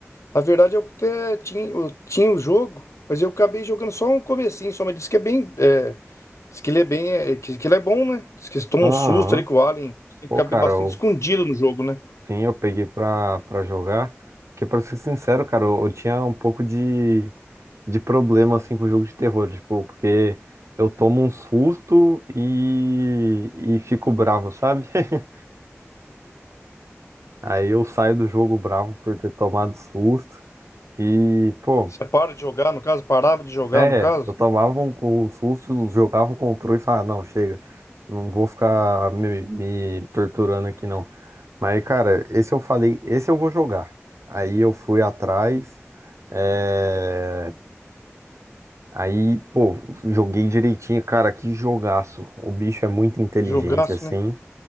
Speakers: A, on the left; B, on the right.
A: a verdade, é que eu até tinha, eu tinha o jogo, mas eu acabei jogando só um comecinho, só, mas disse que é bem. É, diz que ele é bem. é, que, que ele é bom, né? Diz que você toma
B: Aham.
A: um susto ali com o Alien. Tem
B: Pô,
A: que ficar
B: cara,
A: bastante
B: eu,
A: escondido no jogo, né?
B: sim, eu peguei pra, pra jogar. Porque, pra ser sincero, cara, eu, eu tinha um pouco de, de problema, assim, com o jogo de terror. Tipo, porque eu tomo um susto e, e fico bravo, sabe? <laughs> Aí eu saio do jogo bravo por ter tomado susto. E, pô.
A: Você para de jogar, no caso, parava de jogar,
B: É,
A: no caso.
B: eu tomava um cu- um susto, jogava o controle e falava, não, chega, não vou ficar me, me torturando aqui não. Mas, cara, esse eu falei, esse eu vou jogar. Aí eu fui atrás, é, aí, pô, joguei direitinho, cara, que jogaço. O bicho é muito inteligente,
A: Jogaço,
B: assim.
A: né?